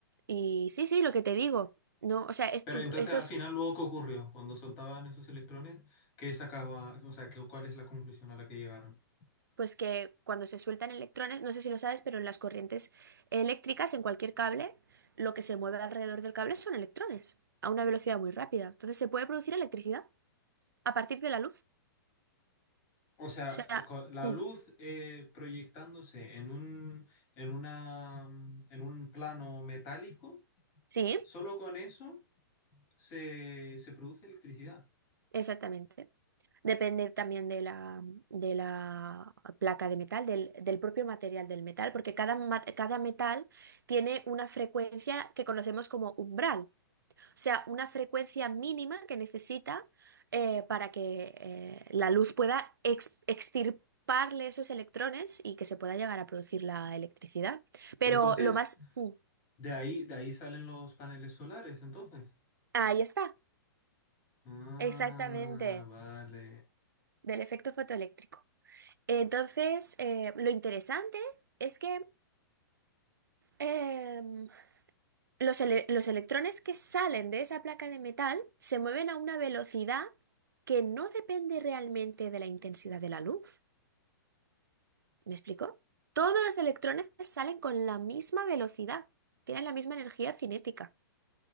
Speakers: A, on the right; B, on the left.
A: y sí, sí, lo que te digo. No, o sea, estu-
B: Pero entonces
A: estos
B: al final luego ¿qué ocurrió? Cuando soltaban esos electrones, ¿qué sacaba, o sea, qué, cuál es la conclusión a la que llegaron?
A: pues que cuando se sueltan electrones, no sé si lo sabes, pero en las corrientes eléctricas, en cualquier cable, lo que se mueve alrededor del cable son electrones, a una velocidad muy rápida. Entonces se puede producir electricidad a partir de la luz.
B: O sea,
A: O sea,
B: eh, co- la
A: mm,
B: luz eh, proyectándose en un, en una, mm, en un plano metálico,
A: sí,
B: solo con eso se, se produce electricidad.
A: exactamente. Depende también de la, de la placa de metal, del, del propio material del metal, porque cada, ma- cada metal tiene una frecuencia que conocemos como umbral. O sea, una frecuencia mínima que necesita eh, para que eh, la luz pueda ex- extirparle esos electrones y que se pueda llegar a producir la electricidad. Pero
B: O Entonces,
A: lo más... mm,
B: de ahí, de ahí salen los paneles solares, entonces.
A: Ahí está,
B: Ah,
A: exactamente,
B: vale.
A: del efecto fotoeléctrico. Entonces, eh, lo interesante es que em, los, ele- los electrones que salen de esa placa de metal se mueven a una velocidad que no depende realmente de la intensidad de la luz. ¿Me explico? Todos los electrones salen con la misma velocidad, tienen la misma energía cinética.